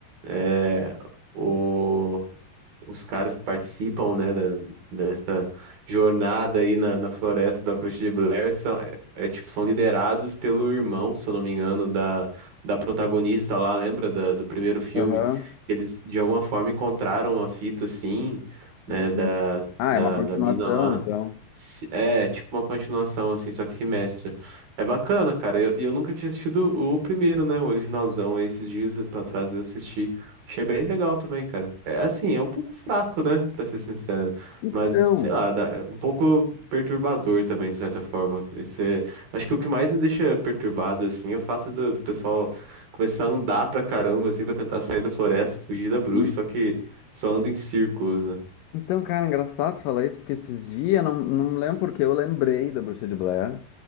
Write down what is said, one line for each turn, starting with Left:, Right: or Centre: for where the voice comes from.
Right: é, o, os caras que participam, né, da- dessa jornada aí na, na floresta da Bruxa de Blair são, é, é, tipo, são liderados pelo irmão, se eu não me engano, da, da protagonista lá, lembra da- do primeiro filme?
Left: Aham.
Right: Eles, de alguma forma, encontraram a fita, assim, né,
Left: Hum.
Right: da,
Left: hum. Ah,
Right: da,
Left: é uma continuação,
Right: da mina lá.
Left: então.
Right: Se- É, tipo uma continuação, assim, só que remestra. É bacana, cara. E eu, e eu nunca tinha assistido o primeiro, né? O originalzão. Aí esses dias pra trás eu assisti. Achei bem legal também, cara. É assim, é um pouco fraco, né? Pra ser sincero.
Left: Então,
Right: Mas, sei lá, dá- é um pouco perturbador também, de certa forma. Isso é- acho que o que mais me deixa perturbado, assim, é o fato do, do pessoal começar a andar pra caramba, assim, pra tentar sair da floresta, fugir da bruxa,
Left: sim.
Right: só que só anda em círculos, né?
Left: Então, cara, é engraçado falar isso, porque esses dias, não, não lembro porque eu lembrei da Bruxa de Blair